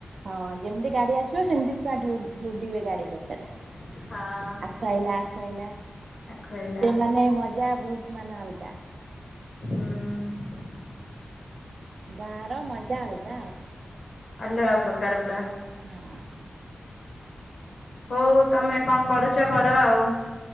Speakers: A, on the right; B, on the left.
A: ହଁ ଯେମିତି ଗାଡି ଆସିବ, ସେମିତି ଛୁଆ ଧୌ ଧୌଡ଼ିବେ ଗାଡି ପଛରେ।
B: ହଁ।
A: ଆକୁ ଆଇଲା, ଆଖୁ ଆଇଲା,
B: ଆଖୁ ହେଲା।
A: ସିଏ ମାନେ ମଜା ବହୁତ୍ ମାନେ ଅଲଗା।
B: ହୁଁ।
A: ଗାଁର ମଜା ଆଲଗା ଆଉ।
B: ଅଲଗା ପ୍ରକାର ପୁରା।
A: ହଁ।
B: ହଉ ତମେ କଣ କରୁଚ କର ଆଉ।